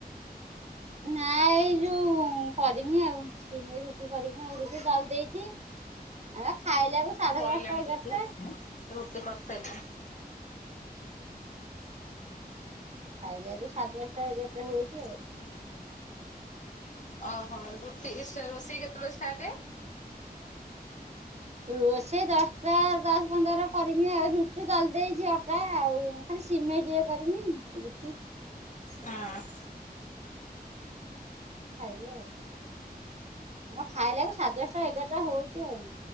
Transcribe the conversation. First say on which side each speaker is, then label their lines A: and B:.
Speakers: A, on the right (about 40°); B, on the left (about 50°).
A: ନା ଏଇ ଯୋଉ କରିମି ଆଉ ସିମିରୁ କରିକି ରୁଟି କରି ଦେଇଛି ଆ ଖାଇଲାକୁ ସାଢେ
B: ସଇଲାଣି
A: ଦଶଟା
B: ରୁଟି
A: ଏଗାରଟା
B: ରୁଟି କରିସାରିଲିଣି
A: ଖାଇଲେ ଆକୁ ସାଢ଼େ ଦଶଟା, ଏଗାରଟା ହଉଛି ଆଉ।
B: ଓହୋ, ରୁଟି ରୋଷେଇ କେତେବେଳେ ଷ୍ଟାର୍ଟ?
A: ରୋଷେଇ ଦଶଟା, ଦଶ ପନ୍ଦରା କରିମି ଆଉ। ରୁଟି ଦଳି ଦେଇଛି ଅଟା ଆଉ। ଖାଲି ସିମେଇ ଟ ଏ କରିନି। ରୁଟି,
B: ହଁ।
A: ଖାଇବ ଆଉ। ମ ଖାଇଲାକୁ ସାଢେ ଦଶଟା, ଏଗାରଟା ହଉଛି ଆଉ।